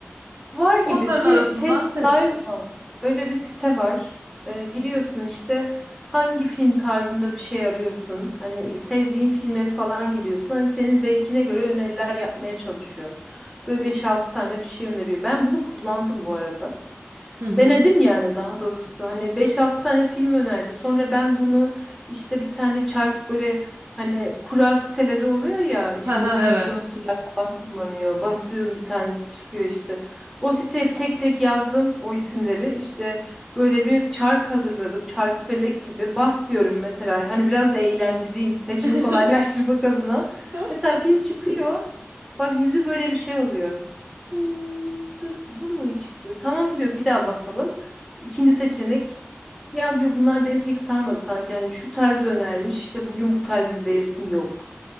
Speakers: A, in the centre; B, on the right.
A: Var gibi
B: Onların
A: te-
B: arasından
A: test
B: seç.
A: dive mı? Öyle bir site var. Ee, giriyorsun işte hangi film tarzında bir şey arıyorsun. Hani sevdiğin filmleri falan giriyorsun. Hani senin zevkine göre öneriler yapmaya çalışıyor. Böyle beş altı tane bir şey öneriyor. Ben bunu kullandım bu arada.
B: Hı hı.
A: Denedim yani daha doğrusu. Hani beş altı tane film önerdi. Sonra ben bunu işte bir tane çark böyle hani kura siteleri oluyor ya işte
B: <laughs> Hı hı,
A: bu influencerlar falan kullanıyor. Basıyorum bir tanesi çıkıyor işte. O siteye tek tek yazdım o isimleri. İşte böyle bir çark hazırladım. Çarkı felek gibi bas diyorum mesela. Hani biraz da eğlendireyim. Seçimi
B: Evet.
A: kolaylaştırmak adına.
B: <laughs>
A: Mesela film çıkıyor. Bak yüzü böyle bir şey oluyor. Hmm, bu, bu mu çıktı? Tamam diyorum bir daha basalım. İkinci seçenek. Ya diyor bunlar beni pek sarmadı sanki. Yani şu tarz önermiş. İşte bugün bu tarz izleyesim yok.